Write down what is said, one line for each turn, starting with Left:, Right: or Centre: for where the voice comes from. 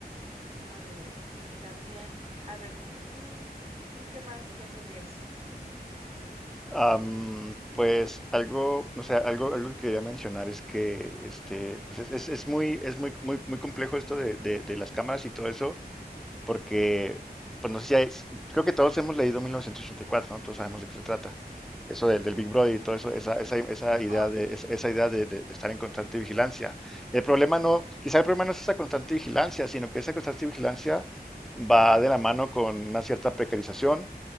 Right: A ver, y también, a ver, ¿tú, tú qué más piensas de eso?
Centre: Am, pues algo, o sea, algo, algo que quería mencionar es que este, pues es, es- es muy, es muy, muy, muy complejo esto de, de- de las cámaras y todo eso. porque, pues no sé si hay, creo que todos hemos leído 1984, ¿no? Todos sabemos de qué se trata. Eso del, del Big Brother y todo eso, esa, esa, esa idea
Right: Oh, sí.
Centre: de, es- esa idea de, de- de estar en constante vigilancia. El problema no, quizá el problema no es esa constante vigilancia, sino que esa constante vigilancia va de la mano con una cierta precarización